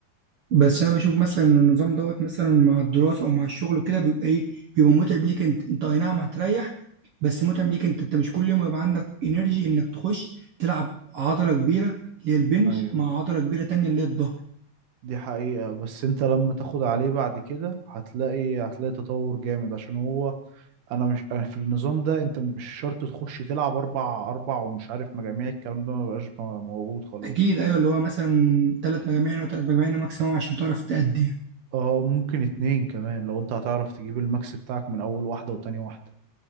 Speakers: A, on the right (about 60°); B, on the right (about 85°).
A: بس انا بشوف مثلا إن النظام دوت مثلا مع الدراسه او مع الشغل وكده بيبقى ايه بيبقى متعب ليك انت انت اي نعم هتريح بس متعب ليك انت انت مش كل يوم يبقى عندك انرجي انك تخش تلعب عضله كبيره اللي هي البنج
B: ايوه
A: مع عضله كبيره تانية اللي هي الظهر
B: دي حقيقة بس انت لما تاخد عليه بعد كده هتلاقي هتلاقي تطور جامد عشان هو انا مش أنا في النظام ده انت مش شرط تخش تلعب اربع اربع ومش عارف مجاميع الكلام ده مبقاش م- موجود خلاص
A: اكيد ايوه اللي هو مثلا ثلاث مجاميع او ثلاث مجاميع ماكسيموم عشان تعرف تأدي يعني
B: اه ممكن اتنين كمان لو انت هتعرف تجيب الماكس بتاعك من اول واحدة وتاني واحدة